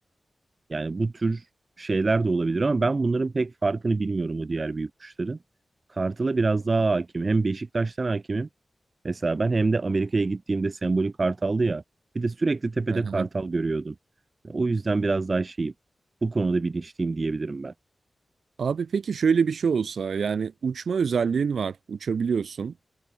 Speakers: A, on the right; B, on the right.
A: Yani bu tür şeyler de olabilir ama ben bunların pek farkını bilmiyorum o diğer büyük kuşların. Kartal'a biraz daha hakim. Hem Beşiktaş'tan hakimim Mesela ben hem de Amerika'ya gittiğimde sembolik kartaldı ya. Bir de sürekli tepede
B: <laughs>
A: kartal görüyordum. O yüzden biraz daha şeyim. Bu konuda bilinçliyim diyebilirim ben.
B: Abi peki şöyle bir şey olsa yani uçma özelliğin var, uçabiliyorsun.